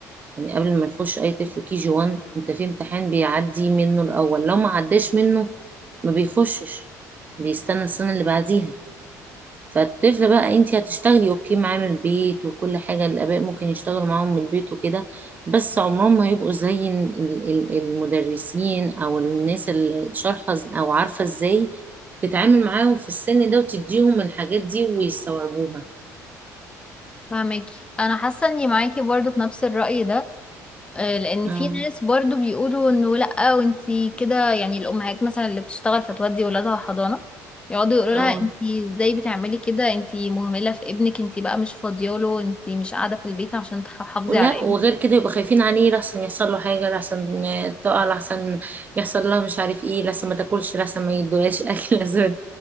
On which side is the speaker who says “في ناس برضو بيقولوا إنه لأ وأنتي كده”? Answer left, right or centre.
Left